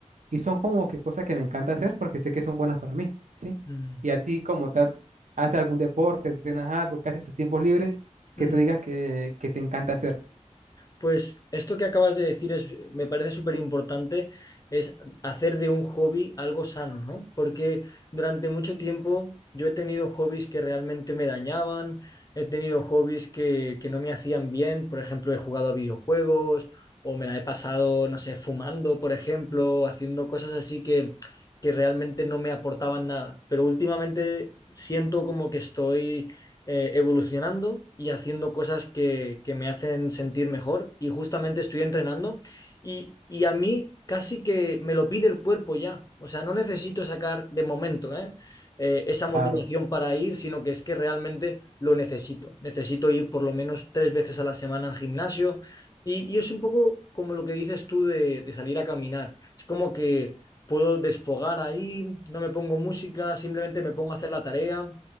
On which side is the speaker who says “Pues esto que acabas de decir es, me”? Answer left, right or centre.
Left